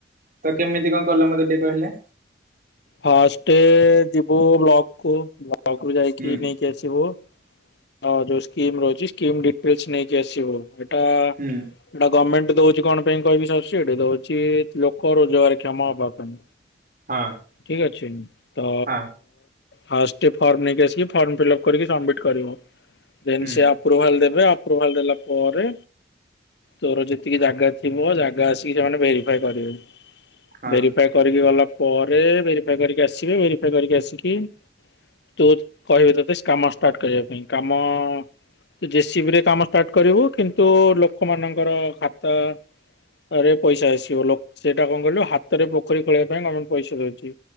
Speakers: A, on the right (about 50°); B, on the left (about 65°).
A: ତ କେମିତି କଣ କଲେ ମତେ ଟିକେ କହିଲେ?
B: ଫାଷ୍ଟ ଯିବୁ ବ୍ଲକ କୁ ବ୍ଲକ ରୁ ଯାଇକି
A: ହୁଁ
B: ନେଇକି ଆସିବୁ। ହଁ ଯୋଉ ସ୍କିମ ରହିଛି ସ୍କିମ ଡିଟେଲସ ନେଇକି ଆସିବୁ। ଏଟା
A: ହୁଁ
B: ଏଟା ଗଭର୍ଣ୍ଣମେଣ୍ଟ ଦଉଛି କଣ ପାଇଁ କହିବି ସବସିଡି ଦଉଛି ଲୋକ ରୋଜଗାର କ୍ଷମ ହବା ପାଇଁ।
A: ହଁ।
B: ଠିକ ଅଛି ତ
A: ହଁ
B: ଫାଷ୍ଟେ ଫର୍ମ ନେଇକି ଆସିକି ଫର୍ମ ଫିଲ୍ଅପ୍ କରିକି ସବମିଟ୍ କରିବୁ। ଦେନ୍
A: ହୁଁ
B: ସେ ଆପ୍ରୁଭାଲ ଦେବେ ଆପ୍ରୁଭାଲ ଦେଲା ପରେ ତୋର ଯେତିକି ଜାଗା ଥିବ ଜାଗା ଆସିକି ସେମାନେ ଭେରିଫାଏ କରିବେ
A: ହଁ
B: ଭେରି କରିକି ଗଲା ପରେ ଭେରିଫାଏ କରିକି ଆସିବେ। ଭେରିଫାଏ କରିକି ଆସିକି ତୁ କହିବେ ତତେ କାମ ଷ୍ଟାର୍ଟ କରିବା ପାଇଁ କାମ ଜେ ସିବି ରେ କାମ ଷ୍ଟାର୍ଟ କରିବୁ କିନ୍ତୁ ଲୋକମାନଙ୍କର ଖାତା। ରେ ପଇସା ଆସିବ ଲୋ ସେଇଟା କଣ କହିଲୁ ହାତରେ ପୋଖରୀ ଖୋଳିଇବା ପାଇଁ ଗମେଣ୍ଟ ପଇସା ଦଉଛି।